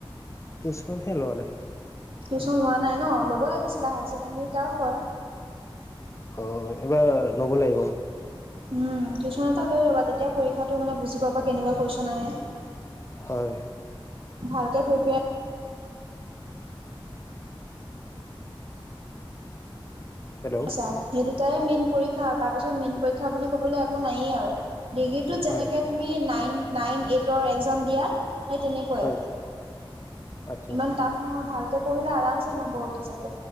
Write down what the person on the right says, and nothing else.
টিউচন লোৱা নাই ন, ল'ব লাগিছিলে, হায় ছেকেণ্ডেৰী টাফ হয়।
উ টিউচন এটা লৈ ল'বা, তেতিয়া পৰীক্ষাটো মানে বুজি পাবা কেনেকুৱা কুৱেশন আহে।
ভালকে প্ৰিপেয়াৰ
আচ্ছা সেই দুটাই মেইন পৰীক্ষা তাৰপিছত মেইন পৰীক্ষা বুলি ক'বলৈ একো নায়েই আৰু ডিগ্ৰীটোত যেনেকৈ
তুমি নাইন নাইন এইটৰ এক্সাম দিয়া। সেই তেনেকোৱাই।
ইমান টাফ নহয় ভাল তহ পঢ়িলে আৰামচে নম্বৰ উঠি যাব।